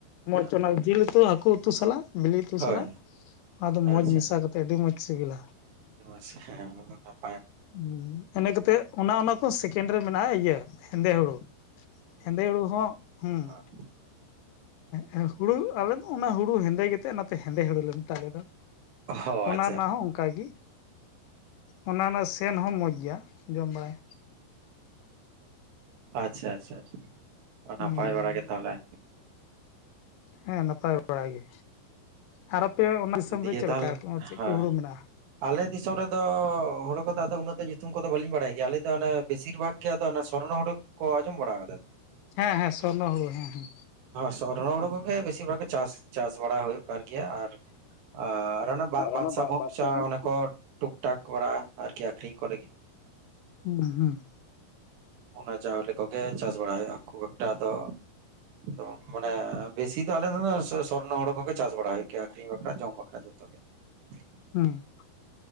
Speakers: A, on the left; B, on the right.
A: ᱢᱚᱸᱡᱽ
B: ᱦᱮᱸ,
A: ᱚᱱᱟ ᱡᱮᱞ ᱩᱛᱩ, ᱦᱟᱹᱠᱩ ᱩᱛᱩ ᱥᱟᱞᱟᱜ ᱵᱤᱞᱮ ᱩᱛᱩ
B: ᱦᱳᱭ
A: ᱥᱟᱞᱟᱜ, ᱟᱫᱚ ᱢᱚᱸᱡᱽ
B: ᱟᱪᱪᱷᱟ
A: ᱢᱮᱥᱟ ᱠᱟᱛᱮᱜ ᱟᱹᱰᱤ ᱢᱚᱸᱡᱽ ᱥᱮᱵᱮᱞᱟ᱾
B: ᱦᱮ ᱚᱱᱟ ᱢᱟ ᱠᱟᱱ ᱜᱮ᱾
A: ᱦᱩ ᱤᱱᱟᱹ ᱠᱟᱛᱮᱜ ᱚᱱᱟ, ᱚᱱᱟ ᱠᱚ ᱥᱮᱠᱮᱱᱰ ᱨᱮ ᱢᱮᱱᱟᱜᱼᱟ, ᱤᱭᱟᱹ ᱦᱮᱸᱫᱮ ᱦᱳᱲᱳ᱾ ᱦᱮᱸᱫᱮ ᱦᱳᱲᱳ ᱦᱚᱸ, ᱦᱩᱸ
B: ᱦᱚᱸ
A: ᱦᱮᱸ ᱦᱩᱲᱩ ᱟᱞᱮ ᱫᱚ ᱚᱱᱟ ᱦᱩᱲᱩ ᱦᱮᱸᱫᱮ ᱜᱮᱛᱮ, ᱚᱱᱟᱛᱮ ᱦᱮᱸᱫᱮ ᱦᱳᱲᱩ ᱞᱮ ᱢᱮᱛ ᱟᱞᱮ ᱫᱚ᱾
B: ᱚ
A: ᱚᱱᱟ
B: ᱟᱪᱪᱷᱟ
A: ᱨᱮᱱᱟᱜ ᱦᱚᱸ ᱚᱱᱠᱟᱜᱮ, ᱚᱱᱟ ᱨᱮᱱᱟᱜ ᱥᱮᱱ ᱦᱚᱸ ᱢᱚᱸᱡᱽ ᱜᱮᱭᱟ᱾ ᱡᱚᱢ ᱵᱟᱲᱟᱭ
B: ᱟᱪᱪᱷᱟ, ᱟᱪᱪᱷᱟ, ᱚ-
A: ᱦᱩᱸ
B: ᱱᱟᱯᱟᱭ ᱵᱟᱲᱟ ᱜᱮ ᱛᱟᱦᱚᱞᱮ?
A: ᱦᱮᱸ ᱱᱟᱯᱟᱭ ᱵᱟᱲᱟ ᱜᱮ, ᱟᱨ ᱟᱯᱮ ᱚᱱᱟ ᱫᱤᱥᱚᱢ
B: ᱫᱤᱭᱮ
A: ᱨᱮ ᱪᱮᱫ
B: ᱛᱟᱦᱚᱞᱮ
A: ᱞᱮᱠᱟ, ᱪᱮᱫ
B: ᱦᱮᱸ
A: ᱠᱚ ᱦᱳᱲᱳ ᱢᱮᱱᱟᱜᱼᱟ᱾
B: ᱟᱞᱮ ᱫᱤᱥᱚᱢ ᱨᱮᱫᱚ ᱦᱳᱲᱳ ᱠᱚᱫᱚ, ᱟᱫᱚ ᱩᱱᱟᱹᱜ ᱫᱚ ᱧᱩᱛᱩᱢ ᱠᱚᱫᱚ, ᱵᱟᱹᱞᱤᱧ ᱵᱟᱲᱟᱭ ᱜᱮᱭᱟ, ᱟᱹᱞᱤᱧ ᱫᱚ ᱚᱱᱮ ᱵᱮᱥᱤᱨ ᱵᱷᱟᱜ ᱜᱮ ᱟᱫᱚ, ᱚᱱᱟ ᱥᱚᱨᱱᱚ ᱦᱳᱲᱳ ᱠᱚ, ᱟᱸᱡᱚᱢ ᱵᱟᱲᱟ ᱠᱟᱫᱟᱵᱤᱱ?
A: ᱦᱮᱸ, ᱦᱮᱸ, ᱥᱚᱨᱱᱚ ᱦᱳᱲᱳ ᱦᱮᱸ, ᱦᱮᱸ᱾
B: ᱥᱚᱨᱱᱚ ᱦᱳᱲᱳ ᱠᱚᱜᱮ ᱵᱮᱥᱤᱨ ᱵᱷᱟᱜᱽ ᱜᱮ ᱪᱟᱥ, ᱪᱟᱥ ᱵᱟᱲᱟ ᱦᱳᱭᱳᱜ ᱠᱟᱱ ᱜᱮᱭᱟ, ᱟᱨ ᱟᱨ ᱚᱱᱮ ᱵᱟᱫᱥᱟ
A: ᱚᱱᱟ ᱵᱟ
B: ᱵᱷᱚᱠᱥᱟ
A: ᱵᱟᱫᱥᱟᱢᱚᱱᱤ
B: ᱚᱱᱟᱠᱚ, ᱴᱩᱠ ᱴᱟᱠ ᱚᱲᱟᱜ ᱟᱨᱠᱤ ᱟᱠᱷᱨᱤᱧ ᱠᱚ ᱞᱟᱹᱜᱤᱫ᱾
A: ᱦᱩᱸ, ᱦᱮᱸ᱾
B: ᱚᱱᱟ ᱪᱟᱣᱞᱮ ᱠᱚᱜᱮ ᱪᱟᱥ ᱵᱟᱲᱟᱭ ᱦᱳᱭᱳᱜᱼᱟ, ᱠᱷᱩᱵ ᱮᱠᱴᱟ ᱫᱚ ᱫᱚ ᱢᱟᱱᱮ ᱵᱮᱥᱤ ᱫᱚ ᱟᱞᱮ ᱥᱮᱱ ᱫᱚ ᱥᱚᱨᱱᱚ ᱦᱳᱲᱳ ᱠᱚᱜᱮ, ᱪᱟᱥ ᱵᱟᱲᱟ ᱦᱳᱭᱳᱜ ᱜᱮᱭᱟ, ᱟᱹᱷᱨᱤᱧ ᱵᱟᱠᱷᱨᱟ ᱡᱚᱢ ᱵᱟᱠᱷᱨᱟ, ᱡᱚᱛᱚ ᱜᱮ᱾ <inaudible> <unintelligible>
A: ᱦᱩᱸ,